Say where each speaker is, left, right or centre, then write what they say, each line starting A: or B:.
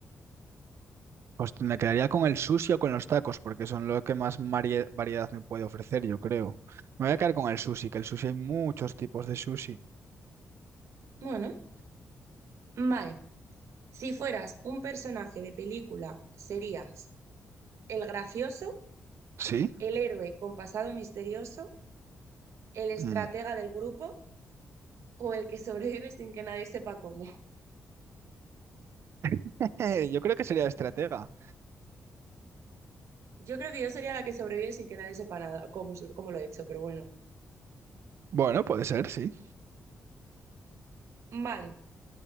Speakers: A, on the right; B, on the right.
A: Pues me quedaría con el sushi o con los tacos, porque son lo que más marie- variedad me puede ofrecer, yo creo. Me voy a quedar con el sushi, que el sushi hay muchos tipos de sushi.
B: Bueno, vale. Si fueras un personaje de película, serías el gracioso,
A: ¿Sí?
B: el héroe con pasado misterioso, el estratega
A: Mm.
B: del grupo o el que sobrevive sin que nadie sepa cómo.
A: <laughs> Yo creo que sería estratega.
B: Yo creo que yo sería la que sobrevive sin que nadie sepa nada, cómo, cómo lo he hecho, pero bueno.
A: Bueno, puede ser, sí.
B: Vale.